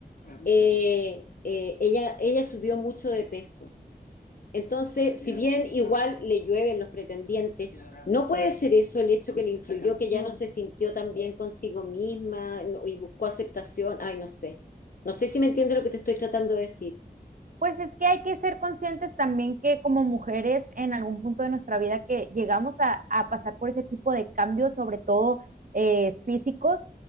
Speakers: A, on the left; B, on the right.
A: eh, eh, ella, ella subió mucho de peso. Entonces, si bien igual le llueven los pretendientes, ¿no puede ser eso el hecho que le influyó, que ya no se sintió tan bien consigo misma no- y buscó aceptación? Ay, no sé. No sé si me entiende lo que te estoy tratando de decir.
B: Pues es que hay que ser conscientes también que como mujeres en algún punto de nuestra vida que llegamos a, a pasar por ese tipo de cambios, sobre todo eh, físicos,